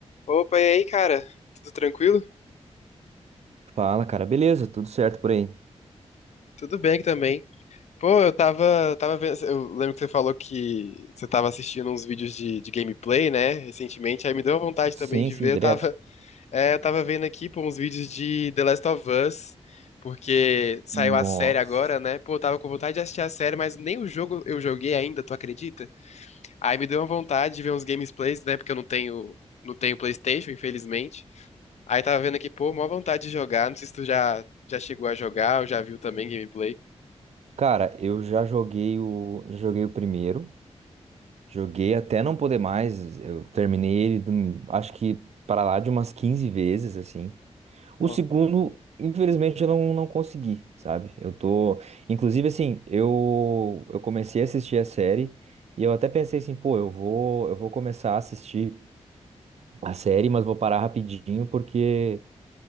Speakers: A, on the left (about 70°); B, on the right (about 70°).
A: Opa, e aí, cara? Tudo tranquilo?
B: Fala, cara. Beleza, tudo certo por aí?
A: Tudo bem aqui também. Pô, eu tava, tava vendo, eu lembro que você falou que você tava assistindo uns vídeos de, de gameplay, né, recentemente, aí me deu vontade
B: Sim,
A: também de
B: sim,
A: ver,
B: direto.
A: eu tava, <laughs> é, eu tava vendo aqui, pô, uns vídeos de The Last of Us, porque saiu
B: Nossa.
A: a série agora, né, pô, eu tava com vontade de assistir a série, mas nem o jogo eu joguei ainda, tu acredita? Aí me deu uma vontade de ver uns gameplays, né, porque eu não tenho, não tenho PlayStation, infelizmente, Aí tava vendo aqui, pô, mó vontade de jogar. Não sei se tu já, já chegou a jogar ou já viu também gameplay.
B: Cara, eu já joguei o, já joguei o primeiro. Joguei até não poder mais. Eu terminei ele, do- acho que para lá de umas 15 vezes, assim.
A: Ó,
B: O segundo, infelizmente, eu não, não consegui, sabe? Eu tô. Inclusive, assim, eu, eu comecei a assistir a série e eu até pensei assim, pô, eu vou, eu vou começar a assistir a série, mas vou parar rapidinho porque.